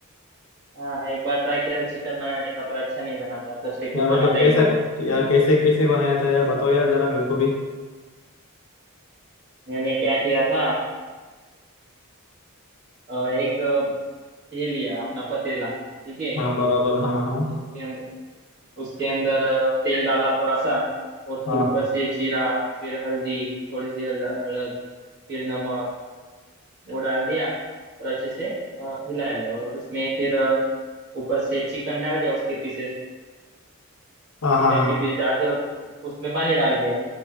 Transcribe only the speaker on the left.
यार
मतलब
कैसा
यार कैसे कैसे बनाया था यार बताओ यार जरा मेरे को भी
हाँ बराबर हाँ हाँ
हाँ
हाँ
हाँ हाँ